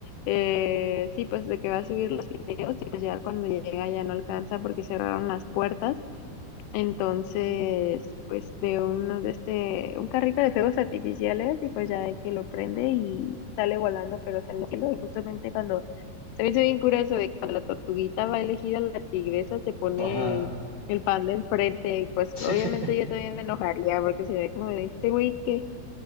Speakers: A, on the left; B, on the right.
A: Eh, sí, pues de que va a subir los fideos y pues ya cuando llega ya no alcanza porque cerraron las puertas entonces, pues veo uno de este, un carrito de fuegos artificiales y pues ya de que lo prende y sale volando, pero sale al cielo. Y justamente cuando se me hizo bien curioso de que cuando la tortuguita va elegida, la tigresa se pone
B: Ajá.
A: el panda enfrente. Y pues
B: Sí,
A: obviamente
B: <laughs>
A: yo también me enojaría porque se ve como de este güey que,